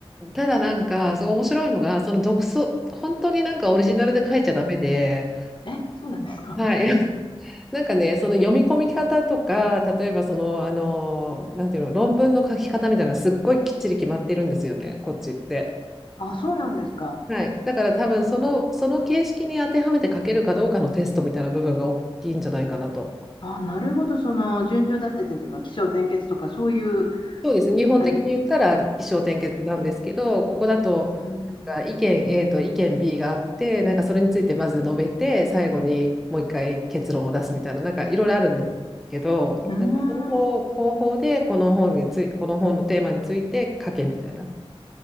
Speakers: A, in the centre; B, on the left.
A: ただなんか、そう面白いのが、その独創、本当になんかオリジナルで書いちゃダメで、
B: え、そうなんですか。
A: はい。<laughs> なんかね、その読み込み方とか、例えばその、あの、なんていうの、論文の書き方みたいなのがすっごいきっちり決まっているんですよね、こっちって。
B: あ、そうなんですか。
A: はい。だから多分その、その形式に当てはめて書けるかどうかのテストみたいな部分が大きいんじゃないかなと。
B: あ、なるほど。その順序立ててとか、起承転結とか、そういう、
A: そうですね。日本的に言ったら起承転結なんですけど、
B: あれ。
A: ここだとが意見
B: うん。
A: A と意見 B があって、なんかそれについてまず述べて、最後にもう一回結論を出すみたいな、なんかいろいろあるんですけど、なんかその方、
B: うーん
A: 方法でこの本につい、この本のテーマについて書けみたいな。